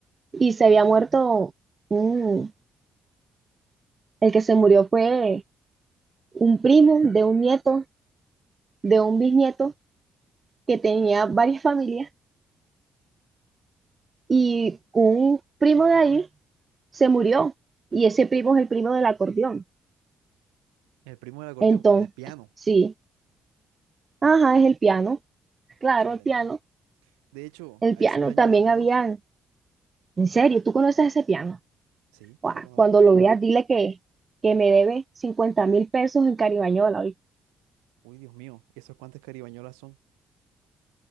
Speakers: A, on the right; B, on the right.
A: Y se había muerto, mm, el que se murió fue un primo de un nieto, de un bisnieto que tenía varias familias y un primo de ahí se murió. Y ese primo es el primo del acordeón.
B: El primo del acordeón,
A: Entonces,
B: el piano.
A: sí, ajá, es el piano. Claro,
B: Excelente.
A: el piano.
B: De hecho,
A: El
B: a
A: piano
B: ese man
A: también
B: yo lo conozco.
A: había, en serio, ¿tú conoces ese piano?
B: Sí, yo
A: Guau,
B: lo conozco.
A: cuando lo veas, dile que, que me debe cincuenta mil pesos en Caribañola. ¿oí?
B: Uy, Dios mío, ¿y eso cuántas caribañolas son?